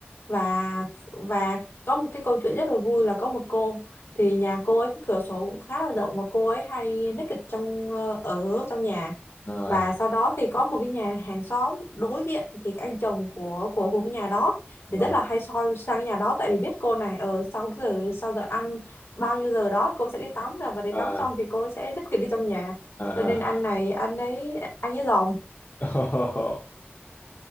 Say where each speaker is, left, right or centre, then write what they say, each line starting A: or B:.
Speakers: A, on the left; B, on the left.
A: và và có một cái câu chuyện rất là vui là có một cô thì nhà cô ấy cái cửa sổ cũng khá là rộng và cô ấy hay naked trong ờ, ở trong nhà
B: ờ
A: và sau đó thì có một cái nhà hàng xóm đối diện thì cái anh chồng của của của cái nhà đó
B: ờ
A: thì rất là hay soi sang cái nhà đó tại vì biết cô này ở sau cái giờ sau giờ ăn bao nhiêu giờ đó cô sẽ đi tắm là và đi
B: ờ
A: tắm xong thì cô sẽ đích kỷ đi trong nhà
B: ờ ờ.
A: cho nên anh này anh ấy anh ấy dòm
B: ờ. <laughs>